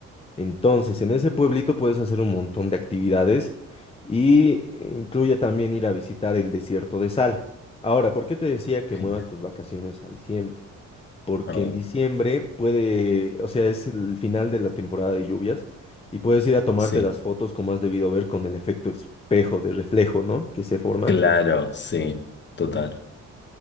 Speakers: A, on the left; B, on the left.
A: Entonces, en ese pueblito puedes hacer un montón de actividades y incluye también ir a visitar el desierto de sal. Ahora, ¿por qué te decía que
B: genial.
A: muevas tus vacaciones a diciembre? porque
B: A ver,
A: en diciembre puede, o sea, es el final de la temporada de lluvias y puedes ir a tomarte
B: sí,
A: las fotos como has debido ver con el efecto espejo de reflejo, ¿no? Que se forma.
B: claro, sí, total.